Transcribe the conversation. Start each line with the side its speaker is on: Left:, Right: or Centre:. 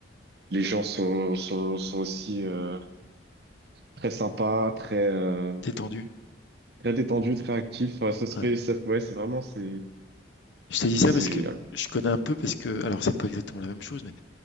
Right: Les gens sont, sont, sont aussi euh, très sympas, très, euh,
Left: Détendu.
Right: très détendus, très actifs. Enfin, ça se
Left: Ouais.
Right: fait, ça, ouais, c'est vraiment, c'est,
Left: Je te dis
Right: c'est,
Left: ça
Right: c'est
Left: parce
Right: génial.
Left: que je connais un peu parce que, alors c'est pas exactement la même chose, mais